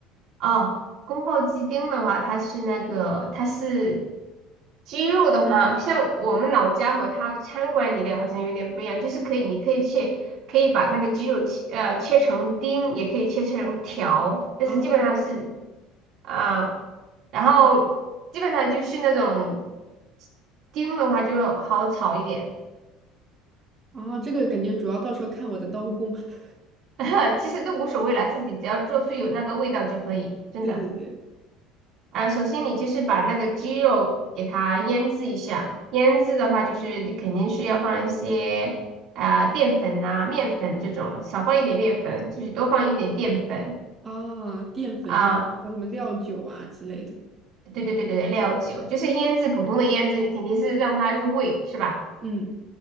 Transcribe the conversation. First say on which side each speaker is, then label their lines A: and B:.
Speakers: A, on the right; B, on the right.
A: 哦，宫保鸡丁的话，它是那个，它是鸡肉的话，像我们老家和它餐馆里的好像有点不一样，就是可以，你可以切，可以把那个鸡肉切，呃，切成丁，也可以切成条，但是基本上是，
B: 啊啊！
A: 啊、然后基本上就是那种丁的话就好炒一点，
B: 然后这个感觉主要到时候看我的刀工。<laughs>
A: <laughs> 其实都无所谓了，自己只要做出有那个味道就可以，真的。
B: 对对对。
A: 啊，首先你就是把那个鸡肉给它腌制一下，腌制的话就是肯定是要放一些啊、淀粉呐、面粉这种的，少放一点面粉，就是多放一点淀粉
B: 啊，淀粉，
A: 啊。
B: 然后和什么料酒啊之类的。
A: 对对对对对，料酒就是腌制，普通的腌制，你肯定是让它入味，是吧？
B: 嗯，